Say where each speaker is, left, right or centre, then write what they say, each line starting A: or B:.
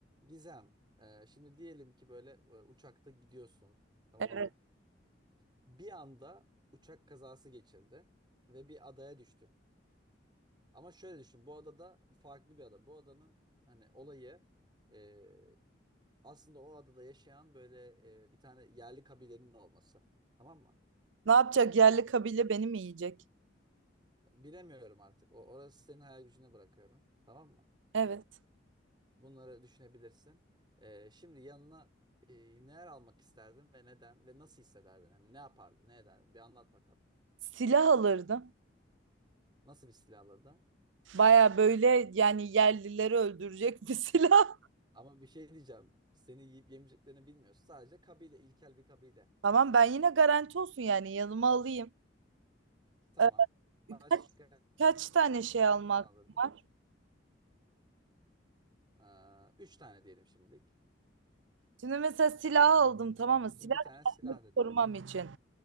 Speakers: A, on the right; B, on the right.
A: Gizem, e, şimdi diyelim ki böyle e, uçakta gidiyorsun, tamam
B: Evet.
A: mı? Bir anda uçak kazası geçirdin ve bir adaya düştün. Ama şöyle düşün, bu adada farklı bir ada. Bu adanın hani olayı e, aslında o adada yaşayan böyle e, bir tane yerli kabilenin olması, tamam mı?
B: Ne yapacak? Yerli kabile beni mi yiyecek?
A: Bilemiyorum artık. O, orası senin hayal gücüne bırakıyorum, tamam mı?
B: Evet.
A: Bunları düşünebilirsin. Ee, şimdi yanına e, neler almak isterdin ve neden ve nasıl hissederdin? Yani ne yapardın, ne ederdin? Bir anlat bakalım.
B: Silah alırdım.
A: Nasıl bir silah alırdın?
B: Baya böyle yani yerlileri öldürecek bir <laughs> silah.
A: Ama bir şey diyeceğim. Seni yiyip yemeyeceklerini bilmiyorsun. Sadece kabile, ilkel bir kabile.
B: Tamam ben yine garanti olsun yani yanıma alayım.
A: Tamam.
B: Ee,
A: Başka
B: kaç, kaç tane şey almak
A: ne alırdın?
B: var?
A: Ee, üç tane diyelim şimdilik.
B: Şimdi mesela silah aldım tamam mı? Silah
A: Şimdi bir tane silah
B: kendimi
A: dedin.
B: korumam için.